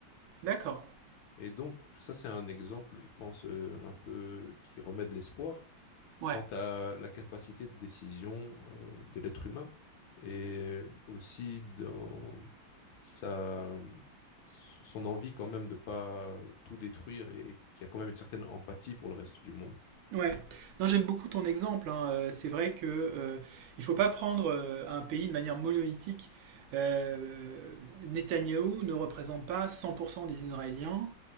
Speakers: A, on the right; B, on the left.
A: D'accord.
B: Et donc ça, c'est un exemple, je pense, euh, un peu qui remet de l'espoir
A: Ouais.
B: quant à la capacité de décision euh, de l'être humain et aussi dans sa, son envie quand même de ne pas tout détruire et qui a quand même une certaine empathie pour le reste du monde.
A: Ouais, non, j'aime beaucoup ton exemple. hein. Euh, C'est vrai que euh, il faut pas prendre euh, un pays de manière monolithique. Euh, Netanyahou ne représente pas 100% des Israéliens,